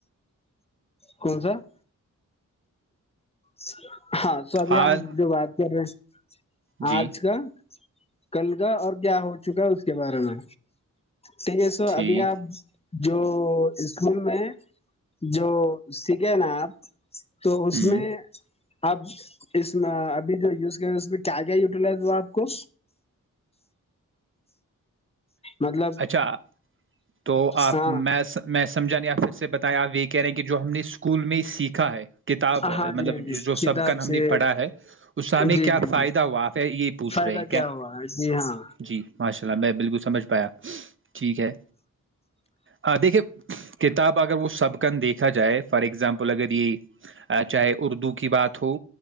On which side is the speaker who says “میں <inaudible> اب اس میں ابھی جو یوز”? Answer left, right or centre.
Left